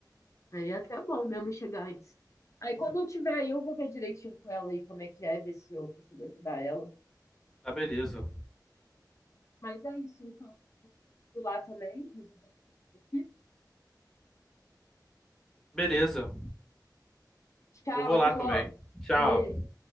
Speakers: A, on the left; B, in the centre.
A: Aí é até bom mesmo chegar antes. Aí quando eu tiver aí, eu vou ver direitinho com ela aí como é que é, ver se eu consigo ajudar ela.
B: Tá, beleza.
A: Mas é isso, então. Vou lá também, resolver isso aqui.
B: Beleza.
A: Tchau,
B: Eu vou
A: até
B: lá também.
A: logo.
B: Tchau.
A: Valeu.